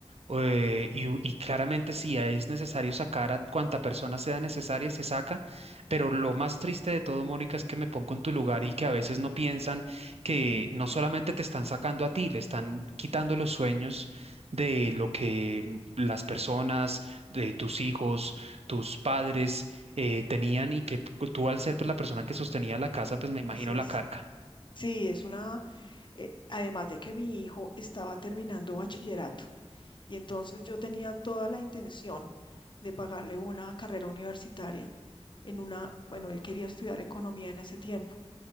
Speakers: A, on the right; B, on the left.
A: eh, y, u- y claramente si es necesario sacar a cuanta persona sea necesaria, se saca, pero lo más triste de todo, Mónica, es que me pongo en tu lugar y que a veces no piensan que no solamente te están sacando a ti, le están quitando los sueños de lo que mm, las personas, de tus hijos, tus padres eh, tenían y que p- tú al ser pues, la persona que sostenía la casa,
B: Eh,
A: pues me imagino
B: así es.
A: la carga.
B: Sí, es una, eh, además de que mi hijo estaba terminando bachillerato Y entonces yo tenía toda la intención de pagarle una carrera universitaria en una, bueno, él quería estudiar economía en ese tiempo.